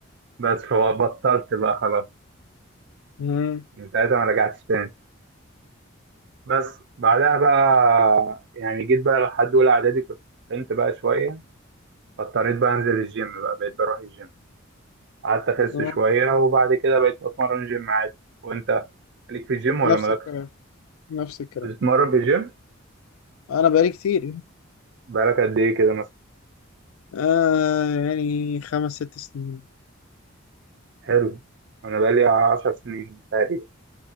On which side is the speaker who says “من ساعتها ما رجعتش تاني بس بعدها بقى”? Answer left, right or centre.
Right